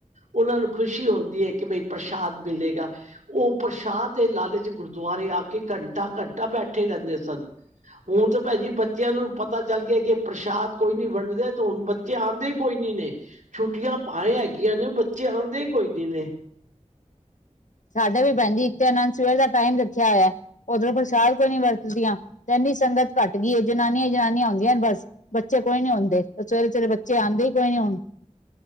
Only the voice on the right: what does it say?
ਉਹਨਾਂ ਨੂੰ ਖ਼ੁਸ਼ੀ ਹੁੰਦੀ ਐ ਕਿ ਬਈ ਪ੍ਰਸ਼ਾਦ ਮਿਲੇਗਾ। ਉਹ ਪ੍ਰਸ਼ਾਦ ਦੇ ਲਾਲਚ ਗੁਰਦੁਆਰੇ ਆ ਕੇ ਘੰਟਾ-ਘੰਟਾ ਬੈਠੇ ਰਹਿੰਦੇ ਸਨ। ਹੁਣ ਤੇ ਭੈਨ ਜੀ ਬੱਚ ਬੱਚਿਆਂ ਨੂੰ ਪਤਾ ਚੱਲ ਗਿਐ ਕਿ ਪ੍ਰਸ਼ਾਦ ਕੋਈ ਨੀ ਵੰਡਦੇ ਤੇ ਹੁਣ ਬੱਚੇ ਆਂਦੇ ਕੋਈ ਨੀ ਨੇ। ਛੁੱਟੀਆਂ ਪਾਏ ਹੈਗੀਆਂ ਨੇ ਬੱਚੇ ਆਂਦੇ ਈ ਕੋਈ ਨੀ ਨੇ।